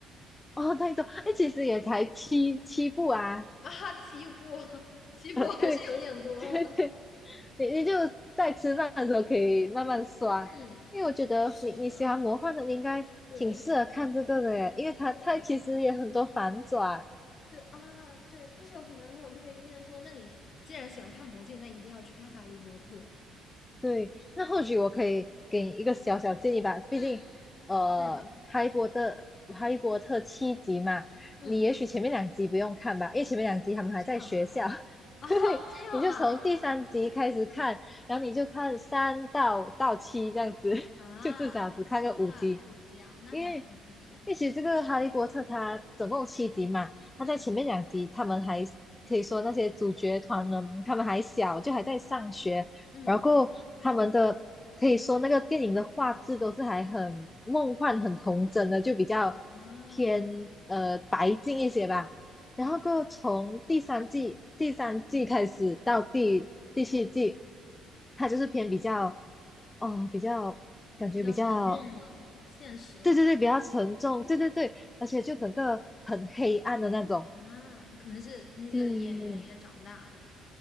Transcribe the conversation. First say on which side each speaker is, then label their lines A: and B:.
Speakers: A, on the left; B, on the left.
A: 哦，太多，哎，其实也才七七部啊。
B: 啊，七部，七部还是有点多了，
A: 对 <laughs> 对对，你你就在吃饭的时候可以慢慢刷，
B: 嗯。
A: 因为我觉得你你喜欢魔幻的，
B: 是的，
A: 你应该挺适合看这个的耶，
B: 对
A: 因为它它其实也很多反转。
B: 对对啊，对，确实有很多人给我推荐说，那你既然喜欢看《魔戒》，那一定要去看《哈利波特》。
A: 对，那或许我可以给你一个小小建议吧，毕竟呃，
B: 嗯嗯
A: 哈利波特哈利波特七集嘛，
B: 嗯，
A: 你也许前面两集不用看吧，因为前面两集他们还在学校，
B: 这样啊，
A: <laughs>
B: 啊，
A: 对，
B: 这样啊，
A: 你就从第三集开始看，然后你就看三到到七这样子，<laughs>
B: 啊
A: 就至少只看个五集。
B: 啊，可以这样，那还挺不错。
A: 因为因为其实这个《哈利波特》它总共有七集嘛，它在前面两集他们还可以说那些主角团呢，
B: 嗯，
A: 他们还小，就还在上学，
B: 嗯
A: 然后他们的可以说那个电影的画质都是还很梦幻、很童真的，就比较偏呃白净一些吧。
B: 啊
A: 然后过后从第三季第三季开始到第第七季，
B: 啊，
A: 它就是偏比较哦比较感觉比较
B: 比较沉重了，现实了
A: 对对对，比较沉重，对对对，而且就整个很黑暗的那种，
B: 啊，可能是那些演员也长大了，
A: 对